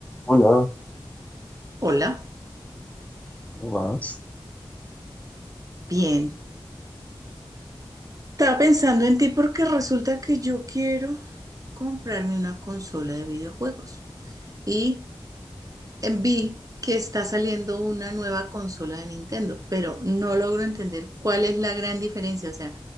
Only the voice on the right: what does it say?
Hola,
bien. Estaba pensando en ti porque resulta que yo quiero comprarme una consola de videojuegos y eh, vi que está saliendo una nueva consola de Nintendo, pero no logro entender cuál es la gran diferencia. O sea,